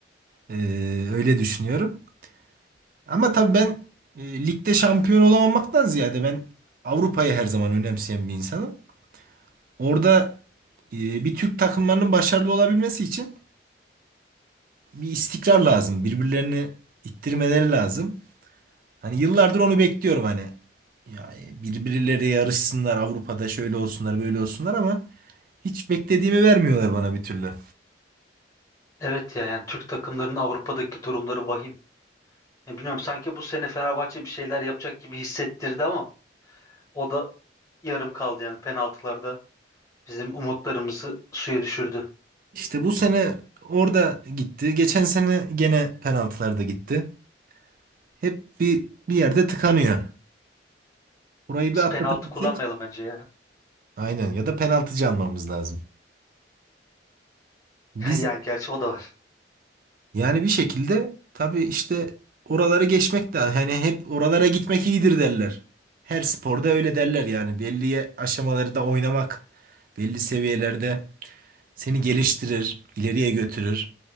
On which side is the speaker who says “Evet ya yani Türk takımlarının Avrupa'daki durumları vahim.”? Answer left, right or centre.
Left